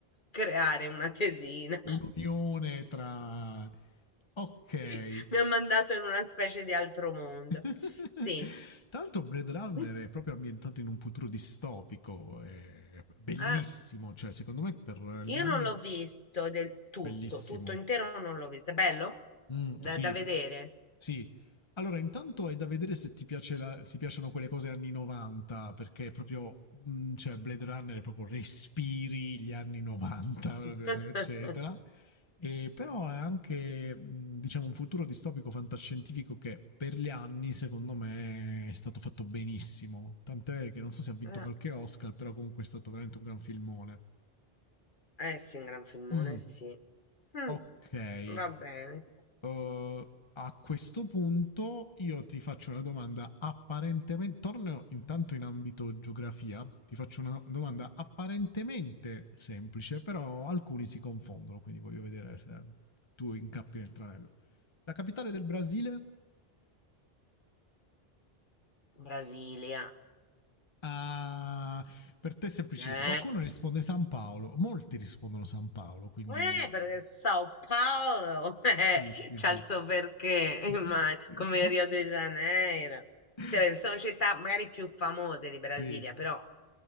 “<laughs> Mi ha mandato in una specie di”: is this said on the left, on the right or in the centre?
Left